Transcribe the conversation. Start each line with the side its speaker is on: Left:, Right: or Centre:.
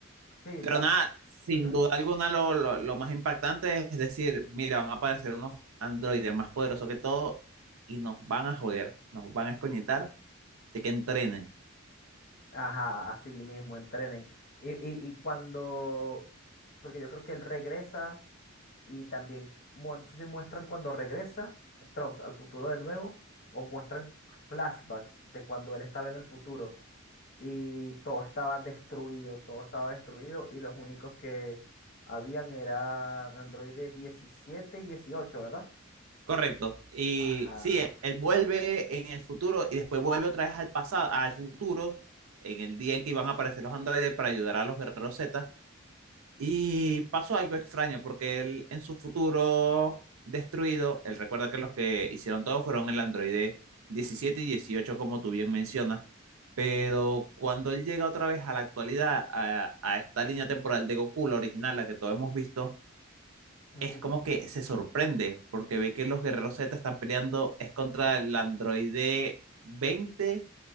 Left: sí,
Right: Pero
Left: sa-
Right: nada, sin
Left: Ujú.
Right: duda alguna lo, lo- lo más impactante es decir, mira, van a aparecer unos androides más poderosos que todo y nos van a joder, nos van a escoñetar, así que entrenen.
Left: Ajá, así mismo, entrenen. Y, y, y cuando, porque yo creo que él regresa y también, bueno, no sé si muestran cuando regresa Trunks al futuro de nuevo o muestran flashbacks de cuando él estaba en el futuro y todo estaba destruido, todo estaba destruido y los únicos que habían eran androides diecisiete y dieciocho ¿verdad?
Right: Correcto. Y
Left: Ajá.
Right: sí, e- él vuelve en el futuro y después vuelve otra vez al pasado, al futuro, en el día en que iban a aparecer los androides para ayudar a los guerreros Z Y pasó algo extraño porque él en su futuro destruido, él recuerda que los que hicieron todo fueron el androide 17 y 18 como tú bien mencionas, pero cuando él llega otra vez a la actualidad, a, a esta línea temporal de Goku, la original, la que todos hemos visto,
Left: Ujú,
Right: es como que se sorprende porque ve que los guerreros Z están peleando, es contra el androide 20